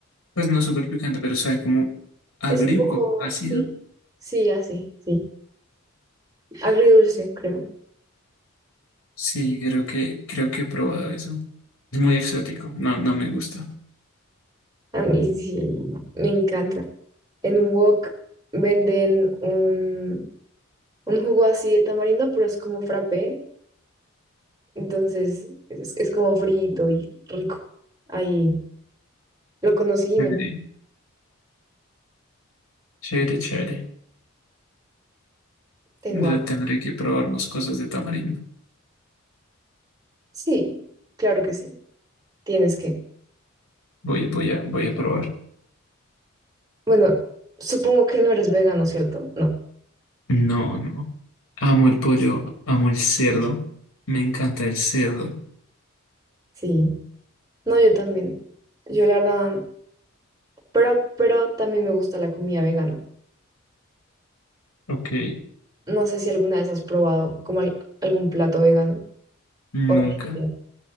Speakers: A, on the left; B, on the right.
A: Pues no súper picante, pero sabe como agrio,
B: es un poco,
A: como ácido.
B: sí, sí, así, sí. Agridulce, creo.
A: Sí, creo que, creo que he probado eso. Es muy exótico. No, no me gusta.
B: A mí sí, me encanta. En un Wok venden un un jugo así de tamarindo, pero es como frappé, entonces es, es como frito y rico. Ahí lo conocí y
A: Chévere,
B: me
A: chévere, chévere.
B: tengo
A: De-
B: hambre.
A: Tendré que probar más cosas de tamarindo.
B: Sí, claro que sí, tienes que.
A: Voy, voy a, voy a probar.
B: Bueno, supongo que no eres vegano, ¿cierto? No.
A: No, no. Amo el pollo, amo el cerdo. Me encanta el cerdo.
B: Sí, no, yo también. Yo la verdad, pero, pero también me gusta la comida vegana.
A: Ok,
B: No sé si alguna vez has probado como al- algún plato vegano
A: nunca.
B: o vegetariano.